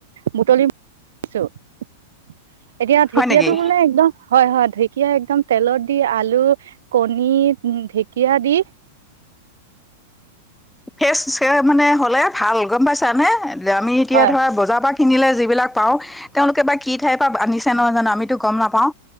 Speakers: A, on the right; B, in the centre.
A: মুতলিছো । এতিয়া ঢেকীয়াটো
B: হয় নেকি
A: বোলে একদম হয় হয় ঢেকীয়াা একদম তেলত । দি আলু কণী ঢেকীয়া দি ।
B: ফেচ মানে হ'লে ভাল গম পাইছা নে আমি এতিয়া
A: হয়
B: ধৰা বজাৰ পৰা কিনিলে যিবিলাক পাওঁ তেওঁলোকে বা কি ঠাইৰ পৰা আনিছে ন আমিতো গম নাপাও